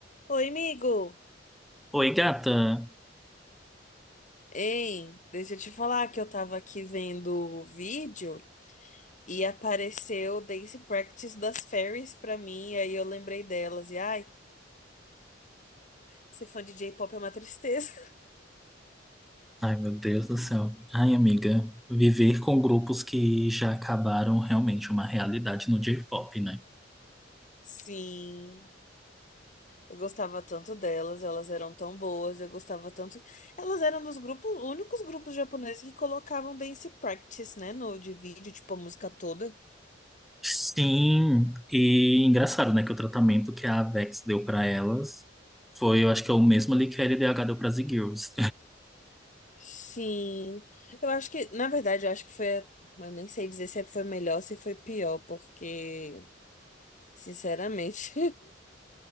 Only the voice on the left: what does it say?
Oi, amigo!
Ei, deixa eu te falar que eu tava aqui vendo o vídeo e apareceu Dance Practice das Fairies pra mim, e aí eu lembrei delas. E ai, ser fã de J-pop é uma tristeza.
<laughs> Sim, eu gostava tanto delas, elas eram tão boas, eu gostava tanto. Elas eram dos grupos, únicos grupos japoneses que colocavam Dance Practice, né, no de vídeo, tipo a música toda.
Sim, eu acho que, na verdade, eu acho que foi, a- eu nem sei dizer se foi melhor ou se foi pior, porque, sinceramente,